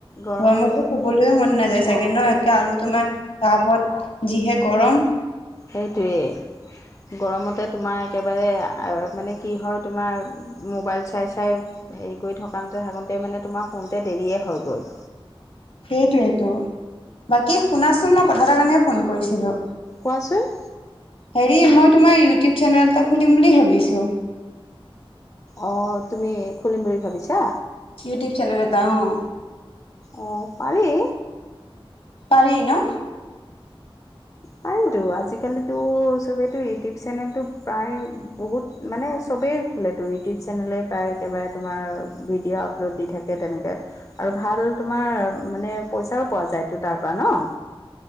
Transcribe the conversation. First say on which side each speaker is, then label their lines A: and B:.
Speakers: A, on the left (about 35°); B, on the left (about 75°).
A: গৰমত
B: গৰমতো
A: তোমাৰ
B: শুবলৈয়ে মন নাযায়ছে চেগে ন একে আৰু তোমাৰ তাৰ ওৰত যিহে গৰম
A: সেইটোৱেই গৰমতে তোমাৰ একেবাৰে মানে কি হয় তোমাৰ মোবাইল চাই চাই হেৰি কৰি থকাতে থাকোঁতে মানে তোমাৰ ফোনতে দেৰিয়ে হয়গৈ
B: সেইটোেইটো বাকী শুনাচোন মই কথা এাৰ কাৰণে ফোন কৰিছিলো
A: কোৱাচোন
B: হেৰি মই তোমাৰ ইউটিউব চেনেল এটা খুলিম বুলি ভাবিছোঁ
A: অঁ তুমি খুলিম বুলি ভাবিছা
B: ইউটউব চোনল এটা অঁ
A: অঁ পাৰি
B: পাৰি ন
A: পাৰতো আজিকালিতো চবেতো ইউটিউব চেনেলটো প্ৰায় বহুত মানে চবেই খোলেেতো ইউটিউব চেনেলে প্ৰায় একেবাৰে তোমাৰ ভিডিঅ' আপলোড দি থাকে তেনেকৈ আৰু ভাল তোমাৰ মানে পইচাো পোৱা যায়টো তাৰপৰা ন